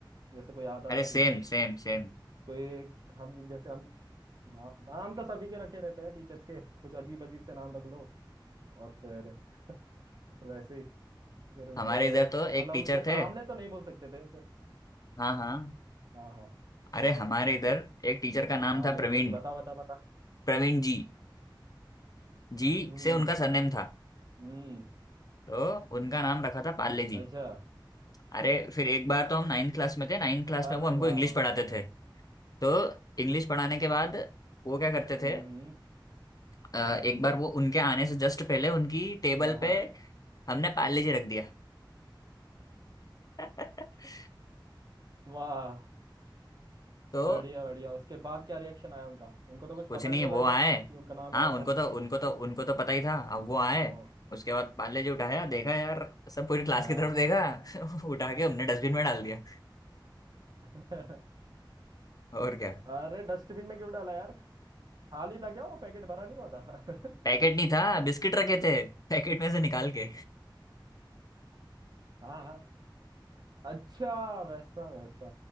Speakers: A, on the right; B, on the left.
A: जैसे कोई आता
B: अरे
A: था टीचर
B: सेम सेम सेम
A: तो ये हम जैसे हम ना, नाम तो सभी के रखे रहते हैं टीचर्स के कुछ अजीब अजीब से नाम रख लो और फिर <laughs> वैसे ही फिर उनको
B: हमारे इधर तो एक
A: मतलब
B: टीचर
A: उनके सामने
B: थे
A: तो नहीं बोल सकते थे उनके
B: हाँ हाँ
A: हाँ हाँ
B: अरे हमारे इधर एक टीचर का नाम
A: हाँ
B: था
A: वही
B: प्रवीण
A: वही बता बता बता
B: प्रवीण जी जी
A: हम्म
B: से
A: हम्म
B: उनका सरनेम
A: बत-
B: था
A: हम्म
B: तो उनका नाम रखा था पाले जी
A: अच्छा
B: अरे फिर एक बार तो हम नाइन्थ क्लास में थे नाइन्थ क्लास
A: अरे
B: में वो हमको
A: वाह
B: इंग्लिश
A: वाह
B: पढ़ाते
A: वाह
B: थे
A: वाह
B: तो इंग्लिश पढ़ाने के बाद वो क्या करते
A: हम्म
B: थे
A: हम्म
B: अ, एक बार वो उनके आने से जस्ट पहले उनकी टेबल
A: हाँ हाँ
B: पे हमने पाले जी रख दिया <laughs>
A: वाह
B: तो
A: बढ़िया बढ़िया उसके बाद क्या रिएक्शन आया उनका उनको तो कुछ
B: कुछ
A: पता
B: नहीं
A: नहीं होगा
B: वो आए
A: खैर कि उनका नाम
B: हाँ
A: है ऐसा
B: उनको तो उनको तो उनको तो पता ही था अब वो आए
A: ओ
B: उसके बाद पाले जी उठाया देखा यार सब पूरी क्लास
A: हाँ
B: की तरफ देखा <laughs> उठा के हमने डस्टबिन में डाल दिया <laughs>
A: <laughs>
B: और क्या
A: अरे डस्टबिन में क्यों डाला यार खाली था क्या वो पैकेट भरा नहीं हुआ था <laughs>
B: पैकेट नहीं था बिस्किट रखे थे पैकेट में से निकाल के
A: हाँ हाँ अच्छा वैसा वैसा